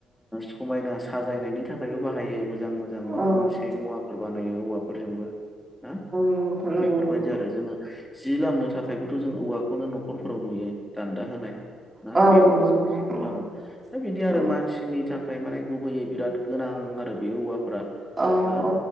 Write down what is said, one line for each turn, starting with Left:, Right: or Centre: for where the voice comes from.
Centre: समायना साजायनायनि थाखायबो बाहायो मोजां मोजां
Right: औ-औ-औ-औ
Centre: माबा मोनसे मुवाफोर बा नायो औवाफोरजोंबो ना
Right: नंगौ नोंथां नंगौ
Centre: बेफोरबायदि
Right: नंगौ
Centre: आरो जोङो जि लामनो थाखायबोथ' जों औवाखौनो न'खरफोराव नुयो। दान्दा होनाय ना
Right: औ-औ
Centre: बेयावबो
Right: नंगौ
Centre: जों
Right: नंगौ
Centre: जिखौ
Right: नंगौ
Centre: खालामो दा बिदि आरो
Right: औ
Centre: मानसिनि थाखाय माने गुबैयै बिराद गोनां आरो बे औवाफोरा
Right: औ
Centre: ना
Right: औ